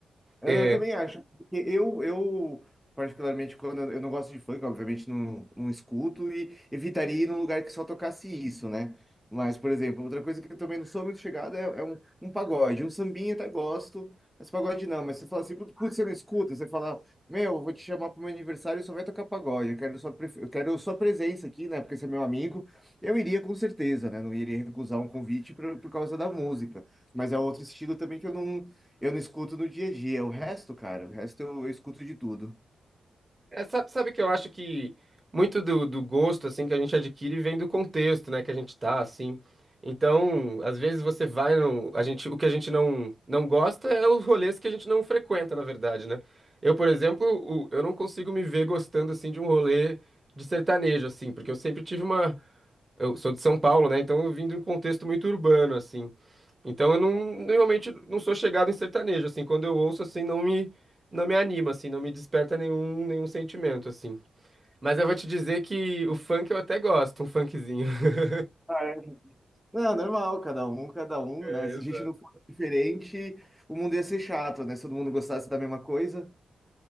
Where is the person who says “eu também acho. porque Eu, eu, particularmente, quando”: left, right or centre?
Centre